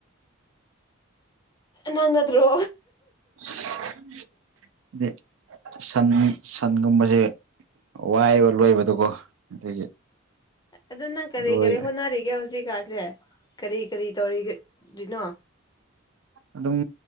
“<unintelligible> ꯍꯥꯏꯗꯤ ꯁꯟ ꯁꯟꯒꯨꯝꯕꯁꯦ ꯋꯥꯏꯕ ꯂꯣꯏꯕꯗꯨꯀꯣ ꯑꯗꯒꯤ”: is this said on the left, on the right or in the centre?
Right